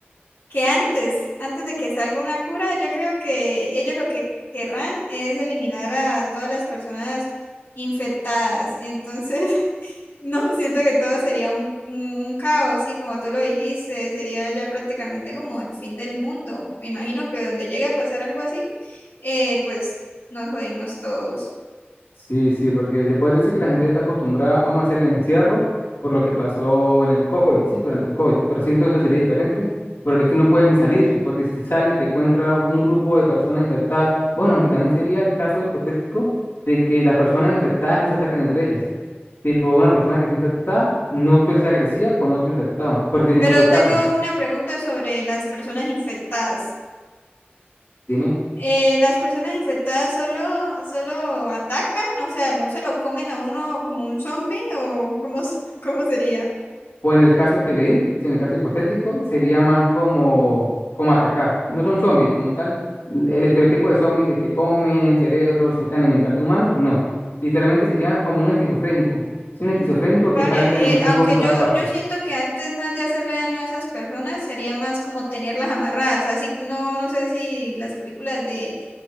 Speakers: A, on the left (about 70°); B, on the left (about 85°).
A: que antes, antes de que salga una cura, yo creo que ellos lo que querrán es eliminar a todas las personas infectadas. Entonces, <laughs> no, siento que todo sería un, un un caos, sí, como tú lo dijiste, sería ya prácticamente como el fin del mundo. Me imagino que donde llegue a pasar algo así, eh, pues nos jodimos todos.
B: Sí, sí, porque se puede decir que la gente está acostumbrada, vamos a hacer el encierro por lo que pasó en el COVID, sí, durante el COVID, pero siento que esto sería diferente, porque aquí no puedes ni salir, porque si sales te encuentras un grupo de personas infectadas, bueno, aunque también sería el caso hipotético de que las personas infectadas no se ataquen entre ellas, tipo una persona que está infectada no suele ser agresiva con otro infectado, porque en
A: Pero
B: cuyo caso,
A: tengo una pregunta sobre las personas infectadas.
B: dime.
A: Eh, ¿las personas infectadas solo, solo atacan? O sea, ¿no se lo comen a uno como un zombie? ¿O cómo, s- <laughs> cómo sería?
B: Pues en el caso que leí, si en el caso hipotético, sería más como, como atacar. No son zombies como tal. l- El estereotipo de zombies de que comen cerebros, se intentan alimentar de humanos, no. Literalmente serían como un esquizofrénico. Sí, un esquizofrénico
A: Mm, vale,
B: que está viendo enemigos
A: eh, aunque
B: en todas
A: yo,
B: partes.
A: yo siento que antes más de hacerle daño a esas personas sería más como tenerlas amarradas, así no, no sé si las películas de,